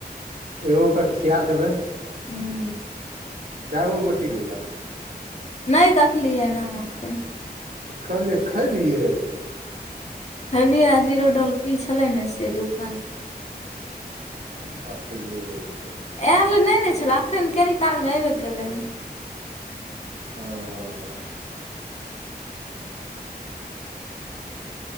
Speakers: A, on the right; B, on the left.
A: एगोके खिया देबै
B: हूँ
A: कए गो गोटी लेलक
B: नहि देखलियैनि हम एखन
A: तऽ कहलियै खलियै
B: खैलियै आ जीरो डोल पी छले ने से दुपहर मे
A: आ बकलेल तै
B: आयल नहि ने छलै एखन कनी कालमे अइबे कयलै हन
A: आ ओ